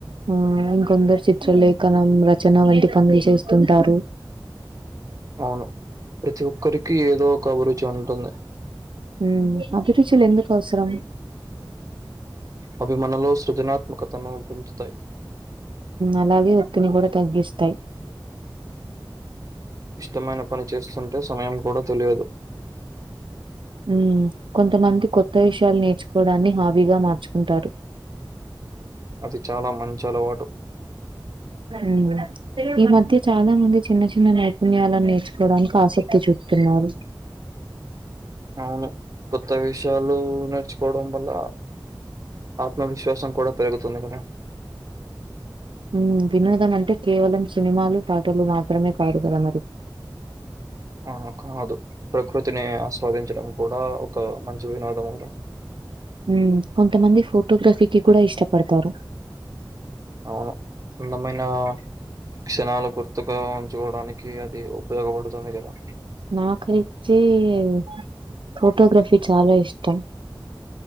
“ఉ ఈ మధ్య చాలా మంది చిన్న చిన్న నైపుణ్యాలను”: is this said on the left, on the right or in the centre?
Right